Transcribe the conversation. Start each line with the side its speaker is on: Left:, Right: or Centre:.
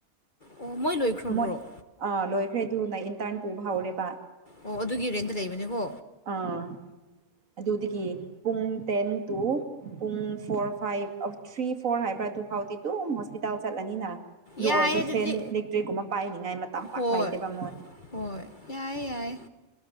Left: ꯑꯣ ꯃꯣꯏ ꯂꯣꯏꯈ꯭ꯔꯕ꯭ꯔꯣ
Right: ꯃꯣꯏ ꯑꯥ ꯂꯣꯏꯈ꯭ꯔꯦꯗꯨ ꯅꯪ ꯏꯟꯇꯔꯟ ꯄꯨꯕ ꯍꯧꯔꯦꯕ
Left: ꯑꯣ ꯑꯗꯨꯒꯤ ꯔꯦꯟꯇ ꯂꯩꯕꯅꯤꯀꯣ
Right: ꯑꯥ ꯑꯗꯨꯗꯤ ꯄꯨꯡ ꯇ ꯇ ꯄꯨꯡ ꯐꯣꯔ ꯐꯥꯏꯚ ꯊ꯭ꯔꯤ ꯐꯣꯔ ꯍꯥꯏꯕ꯭ꯔ ꯇ ꯐꯥꯎꯤ ꯇ ꯍꯣꯁꯄꯤꯇꯥ ꯆꯠꯂꯅꯤꯅ ꯑꯗꯨ
Left: ꯌꯥꯏꯌꯦ
Right: ꯑꯣꯏꯔꯗꯤ
Left: ꯑꯗꯨꯗꯤ
Right: ꯐꯦꯟ ꯏꯂꯦꯛꯇ꯭ꯔꯤꯛꯀꯨꯝꯕ ꯄꯥꯏꯅꯤꯡꯉꯥꯏ ꯃꯇꯝ ꯄꯥꯛ
Left: ꯍꯣꯏ
Right: ꯂꯩꯇꯦꯕ ꯃꯣꯏ
Left: ꯍꯣꯏ ꯌꯥꯏꯦ ꯌꯥꯏꯏꯦ